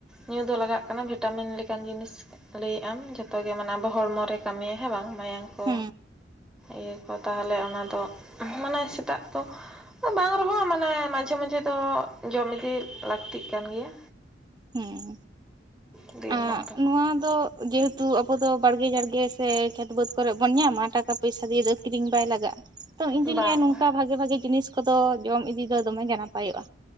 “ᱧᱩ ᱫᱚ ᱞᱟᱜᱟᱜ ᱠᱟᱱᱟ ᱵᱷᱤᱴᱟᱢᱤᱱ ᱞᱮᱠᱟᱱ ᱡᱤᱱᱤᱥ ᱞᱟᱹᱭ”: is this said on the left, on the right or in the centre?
Centre